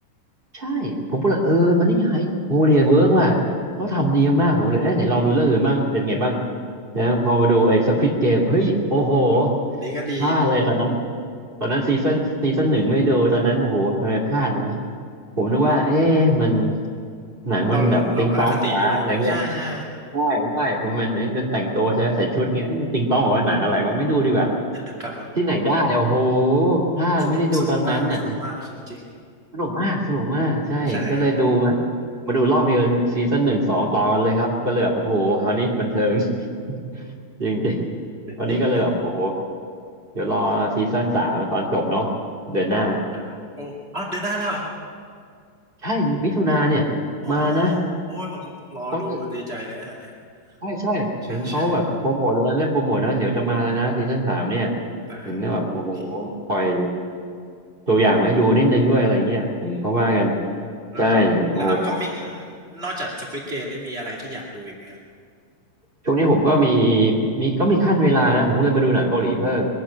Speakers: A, on the right; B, on the right.
A: ใช่ผมก็เลยเออมันนี่ไฮโคเรียนเวิร์กว่ะเขาทำดีมากผมเลยเอ้ยไหนลองดูเรื่องอื่นบ้างเป็นไงบ้างนะพอมาดูไอ้สควิดเกมเฮ้ยโอ้โห
B: วันนี้ก็ดี
A: พลาดเลยตอนนั้นตอนนั้นซีซั่นซีซั่นหนึ่งไม่ดูตอนนั้นโอ้โหทำไมพลาดวะผมนึกว่าเอ๊ะมันหนังมันแบบติงตองเหรอวะอะไรเงี้ย
B: เราเราเราก็อคติด้วยหรือเปล่าใช่ใช่
A: ใช่ใช่มันมันแต่งตัวใช่ไหมใส่ชุดเงี้ยเอ๊ะมันติงตองเหรอวะหนังอะไรวะไม่ดูดีกว่า
B: <laughs> ครับผม
A: ที่ไหนได้โอ้โหพลาดไม่ได้ดูตอนนั้นอ่ะ
B: สนุกสนุกมากสนุกมากจริง
A: สนุกมาก สนุกมาก ใช่ก็เลยดูมา
B: ๆใช่ครับ
A: มาดูรอบเดียวซีซั่นหนึ่งสองต่อกันเลยครับ ก็เลยแบบโอ้โหคราวนี้บันเทิง <laughs> จริงจริง
B: จริงๆฮะ
A: ตอนนี้ก็เลยแบบโอ้โหเดี๋ยวรอซีซั่นสามตอนจบเนาะเดือนหน้า
B: ครับผมโอ้อ๋อเดือนหน้าแล้วเหรอ
A: ใช่มิถุนาเนี่ยมานะ
B: อ๋อโอ้ยผมรอดูดีใจเลยนะอย่างเงี้ย
A: เขาจะใช่ใช่เห็นเขาแบบโปรโมทเลยนะเริ่มโปรโมทแล้วเดี๋ยวจะมาเลยนะซีซั่นสามเนี่ย
B: ใช่ใช่ได้ครับดี
A: เห็นแบบโอ้โหปล่อยตัวอย่างมาให้ดูนิดนึงด้วยอะไรเงี้ยผมเขาว่ากัน
B: อืมแล้วแล้วแล้ว
A: ใช่โอ้โห
B: upcoming นอกจาก Squid Game ได้มีอะไรที่อยากดูอีกไหมครับ
A: ช่วงนี้ผมก็มีมีก็มีขั้นเวลานะผมก็เลยมาดูหนังเกาหลีเพิ่ม